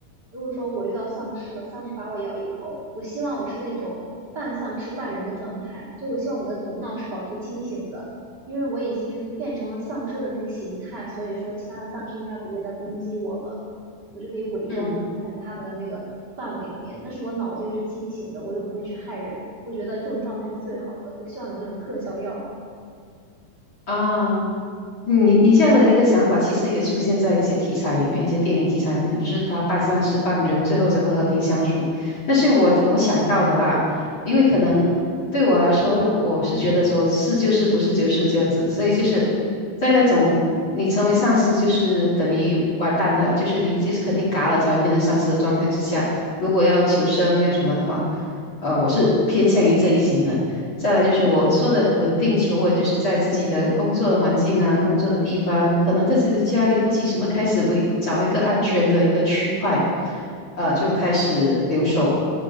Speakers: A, on the right; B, on the left.
A: 如果说我遇到丧尸了，丧尸把我咬一口，我希望我是那种半丧尸半人的状态，就我希望我的头脑是保持清醒的，因为我已经变成了丧尸的那个形态，所以说其他的丧尸应该不会再攻击我了，我就可以伪装在他们的那个范围里面，
B: 嗯
A: 但是我脑子又是清醒的，我又不会去害人，我觉得这种状态是最好的，我希望有那种特效药，
B: 啊，嗯你你这样的一个想法，其实也出现在一些题材里面，一些电影题材里面，就是他半丧尸半人，最后怎么和平相处。但是我我想到的啊，因为可能对我来说，
A: 嗯
B: 因为我是觉得说是就是不是就是这样子，所以就是在那种你成为丧尸就是等于完蛋了，就是你就是肯定嘎了才会变成丧尸的状态之下，如果要求生要什么的话，呃，我是偏向于这一型的。再来就是我说的稳定求稳，就是在自己的工作的环境啊，工作的地方，可能在自己的家里附近，什么开始为找一个安全的一个区块，呃，就开始留守，